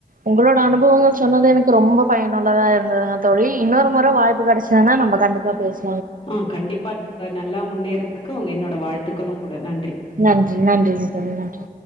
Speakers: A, on the right (about 60°); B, on the left (about 35°).
A: உங்களோட அனுபவங்கள் சொன்னது எனக்கு ரொம்ப பயனுள்ளதா இருந்ததுங்க தோழி இன்னொரு முற வாய்ப்பு கெடச் சான்னா நம்ம கண்டிப்பா பேசு
B: ஆ கண்டிப்பா <inaudible> நல்லா முன்னேறதுக்கு உங்க என்னோட வாழ்த்துக்களும் கூட நன்றி
A: நன்றி நன்றிங்க தோழி நன்றி